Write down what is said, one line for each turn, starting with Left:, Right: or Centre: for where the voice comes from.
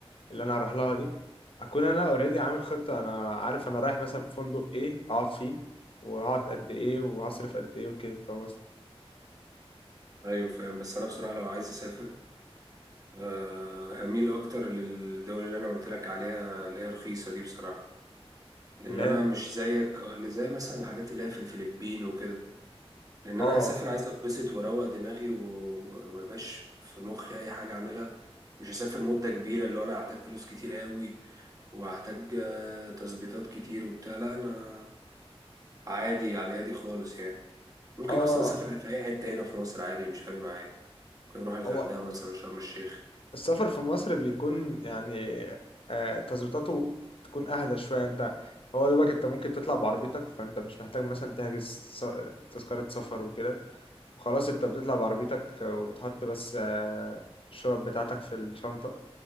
Left: اللي انا هروح لها دي اكون انا اوريدي عامل خطة انا عارف انا رايح مثلا في فندق ايه اقعد فيه وهقعد قد ايه وهصرف قد ايه وكده فاهم قصدي؟
Right: ايوه فاهم بس انا بصراحه لو عايز اسافر أه هميل اكتر للدول اللي انا قلت لك عليها اللي هي رخيصه دي بصراحه لان
Left: اللي
Right: انا
Left: هي
Right: مش زيك اللي زي مثلا الحاجات اللي هي في الفلبين وكده لان
Left: اه
Right: انا هسافر عايز اتبسط واروق دماغي و- وما يبقاش في مخي اي حاجه اعملها مش هسافر مده كبيره اللي هو انا هحتاج فلوس كتير قوي وهحتاج آه، تظبيطات كتير وبتاع لا انا عادي على هادي خالص يعني ممكن
Left: اه
Right: اصلا اسافر في اي حته هنا في مصر عادي مش فارق معايا ممكن اروح الغردقه
Left: هو
Right: مثلا شرم الشيخ
Left: السفر في مصر بيكون يعني آه، تظبيطاته بتكون اهدى شويه انت هو دلوقتي انت ممكن تطلع بعربيتك فانت مش محتاج مثلا تحجز س- تذكره سفر وكده وخلاص انت بتطلع بعربيتك وبتحط بس آه، الشنط بتاعتك في الشنطه